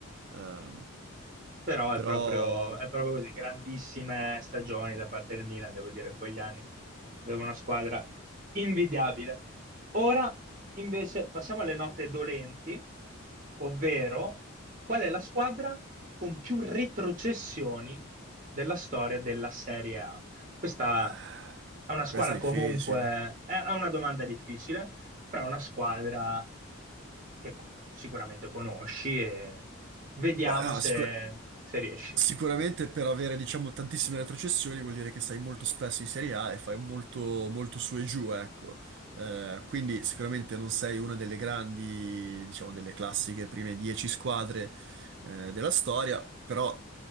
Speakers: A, on the right; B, on the right.
A: Ehm,
B: Però è
A: però
B: proprio, è proprio così, grandissime stagioni da parte del Milan, devo dire, in quegli anni. Aveva una squadra invidiabile. Ora invece passiamo alle note dolenti, ovvero qual è la squadra con più retrocessioni della storia della Serie A? Questa
A: eh,
B: è una squadra
A: questa è difficile.
B: comunque, è è una domanda difficile però è una squadra che co- sicuramente conosci e vediamo
A: Beh, no,
B: se,
A: sicuro.
B: se riesci.
A: Sicuramente per avere, diciamo, tantissime retrocessioni vuol dire che sei molto spesso in Serie A e fai molto, molto su e giù, ecco. Eh, quindi sicuramente non sei una delle grandi, diciamo, delle classiche prime 10 squadre, eh, della storia, però